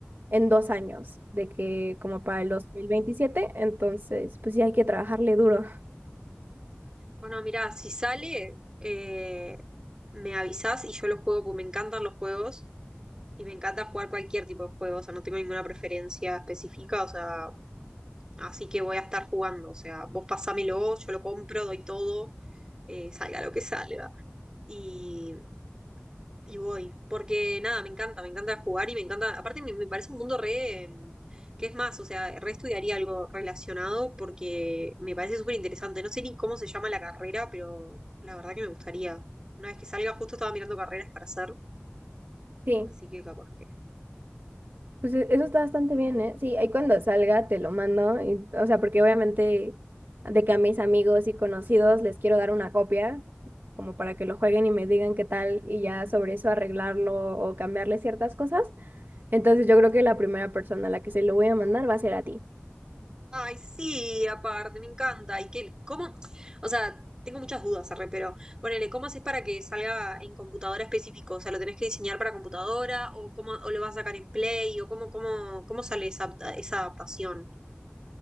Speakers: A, on the right; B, on the right.
A: en dos años, de que como para el dos mil veintisiete entonces pues sí hay que trabajarle duro.
B: Bueno, mira, si sale, eh, me avisás y yo lo juego porque me encantan los juegos y me encanta jugar cualquier tipo de juegos, o sea, no tengo ninguna preferencia específica, o sea, Así que voy a estar jugando. O sea, vos pasámelo, yo lo compro, doy todo, eh, salga lo que salga. Y, y voy. Porque nada, me encanta, me encanta jugar y me encanta. Aparte, me, me parece un mundo re. eh, ¿Qué es más? O sea, re estudiaría algo relacionado porque me parece súper interesante. No sé ni cómo se llama la carrera, pero la verdad que me gustaría. Una vez que salga, justo estaba mirando carreras para hacer.
A: Sí,
B: Así que capaz que.
A: pues e- eso está bastante bien, ¿eh? Sí, ahí cuando salga te lo mando, y- o sea, porque obviamente de que a mis amigos y conocidos les quiero dar una copia, como para que lo jueguen y me digan qué tal, y ya sobre eso arreglarlo o cambiarle ciertas cosas. Entonces yo creo que la primera persona a la que se lo voy a mandar va a ser a ti.
B: Ay, sí, aparte, me encanta. ¿Y qué, cómo? O sea, tengo muchas dudas, arre, pero ponele, ¿cómo haces para que salga en computadora específico? O sea, ¿lo tenés que diseñar para computadora? ¿O cómo o lo vas a sacar en Play? ¿O cómo, cómo, cómo sale esa, apta- esa adaptación?